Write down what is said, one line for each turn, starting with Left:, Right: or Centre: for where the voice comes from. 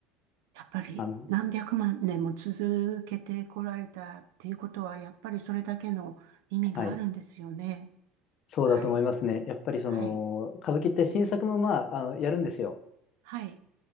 Right: やっぱり何百万年も続けてこられたっていうことは、
Left: あの
Right: やっぱりそれだけの意味があるんですよね。
Left: はいそうだと思いますね。
Right: はい、
Left: やっぱりその歌舞伎って新作もまあ、
Right: はい、
Left: あのやるんですよ。
Right: はい、